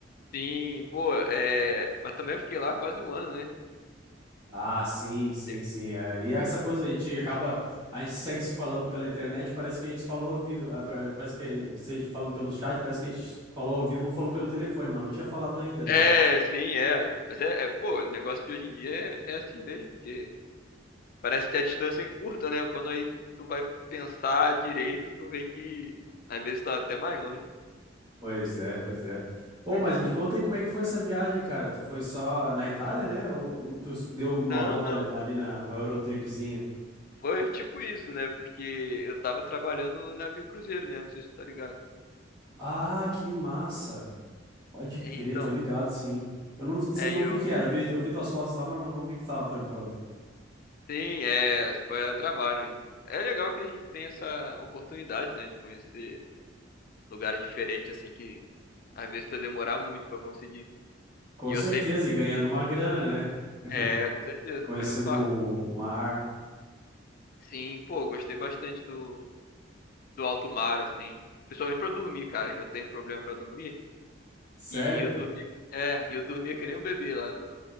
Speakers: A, on the left (about 50°); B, on the right (about 25°).
A: Sim, pô, é. Mas também fiquei lá quase um ano, né?
B: Ah, sim, sim,
A: Teve-
B: sim. é, E essa coisa, a gente acaba. A gente segue se falando pela internet, parece que a gente falou ao vivo. ah, pa- Parece que se a gente falando pelo chat, parece que a gente falou ao vivo ou falou pelo telefone, mas não tinha falado ainda, né?
A: É, sim, é. Mas é, é, pô, o negócio de hoje em dia é, é assim mesmo, porque parece que a distância é curta, né? Quando aí tu vai pensar direito, tu vê que às vezes tá até mais longe.
B: Pois é, pois é. Ô, mas me conta aí como é que foi essa viagem, cara. Tu foi só na Itália, né? Ou, ou tu deu uma
A: Não,
B: volta
A: não.
B: ali ali na uma Eurotripzinha?
A: Foi tipo isso, né? Porque eu tava trabalhando no navio cruzeiro, né? Não sei se tu tá ligado.
B: Ah, que massa. Pode crer,
A: Então,
B: tô ligado, sim. Eu não, só
A: aí
B: não
A: eu.
B: vi que era, eu vi, eu vi tuas fotos lá, mas não, não vi que tu tava trampando.
A: Sim, é, foi a trabalho. É legal que a gente tem essa oportunidade, né, de conhecer lugares diferentes, assim, que às vezes tu demorar muito pra conseguir.
B: Com
A: E eu
B: certeza,
A: sempre,
B: e ganhando uma grana, né? <laughs>
A: é, com certeza,
B: Conhecendo
A: a melhor parte.
B: o mar.
A: Sim, pô, gostei bastante do, do alto mar, assim, principalmente pra dormir, cara, que eu tenho problema pra dormir.
B: Sério?
A: E eu dormi, é, e eu dormia que nem um bebê lá no,